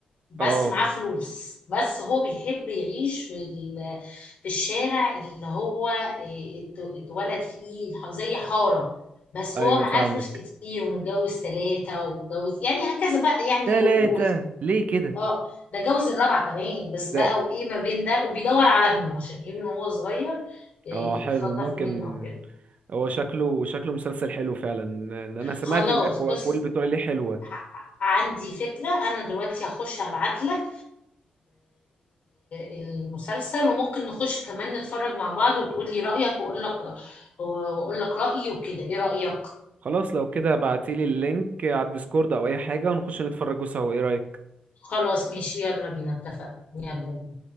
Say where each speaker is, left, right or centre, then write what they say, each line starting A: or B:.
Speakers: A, on the left (about 60°); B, on the right (about 55°).
A: بس
B: اه
A: معاه فلوس بس هو بيحب يعيش في ال- في الشارع اللي هو إيه، ات- اتولد فيه ح- زي حارة بس
B: ايوه
A: هو معاه
B: فاهمك
A: فلوس كتير ومتجوز ثلاثة ومتجوز يعني هكذا بقى يعني
B: تلاتة
A: و... و...
B: ليه كده
A: اه ده جوز الرابعة كمان بس
B: ده
A: بقى وايه ما بين ده وبيدور على ابنه عشان ابنه وهو صغير إيه،
B: اه حلو
A: اتخطف
B: ممكن
A: منه او كده
B: هو شكله شكله مسلسل حلو فعلا ان انا سمعت
A: خلاص
B: ان الأكو-
A: بص
B: الاكوال بتقول عليه حلوة
A: ع- عندي فكرة أنا دلوقتي هخش هبعت لك المسلسل وممكن نخش كمان نتفرج مع بعض وتقول لي رأيك وأقول لك وأقول لك رأيي وكده إيه رأيك؟
B: خلاص لو كده بعتيلي اللينك على الديسكورد او اي حاجة ونخش نتفرجوا سوا ايه رأيك
A: خلاص ماشي يلا بينا اتفقنا يلا بينا